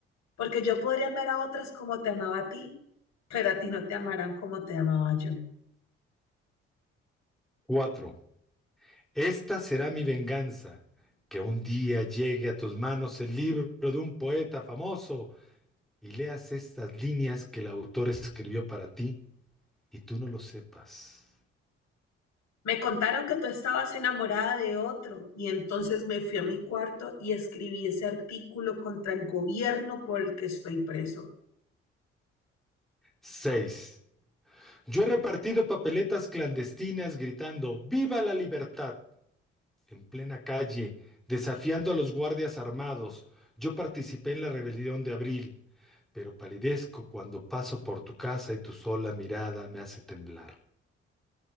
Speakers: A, on the left; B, in the centre.
A: porque yo podría amar a otras como te amaba a ti, pero a ti no te amarán como te amaba yo.
B: Cuatro. Esta será mi venganza, que un día llegue a tus manos el libro de un poeta famoso y leas estas líneas que el autor escribió para ti y tú no lo sepas.
A: Me contaron que tú estabas enamorada de otro y entonces me fui a mi cuarto y escribí ese artículo contra el gobierno por el que estoy preso.
B: 6. Yo he repartido papeletas clandestinas gritando ¡Viva la libertad! en plena calle, desafiando a los guardias armados. Yo participé en la rebelión de abril, pero palidezco cuando paso por tu casa y tu sola mirada me hace temblar.